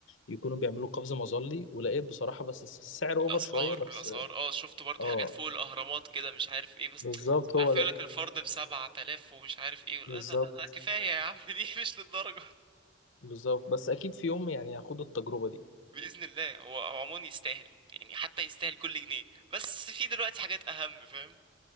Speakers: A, on the left; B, on the right.
A: يكونوا بيعملوا قفز مظلي ولقيت بصراحة بس السعر اوفر
B: الاسعار
A: شوية بس
B: الاسعار اه شفت برضو
A: اه
B: حاجات فوق الاهرامات كده مش عارف ايه بس
A: بالظبط
B: مش
A: هو
B: عارف
A: ده
B: يقولك الفرد بسبعة آلاف ومش عارف ايه لا
A: بالظبط
B: لا لا لا، كفايه يا عم <laughs> ليه مش للدرجه
A: بالظبط بس اكيد في يوم يعني هاخد التجربة دي
B: باذن الله هو هو عموما يستاهل يعني حتى يستاهل كل جنيه بس في دلوقتي حاجات اهم فاهم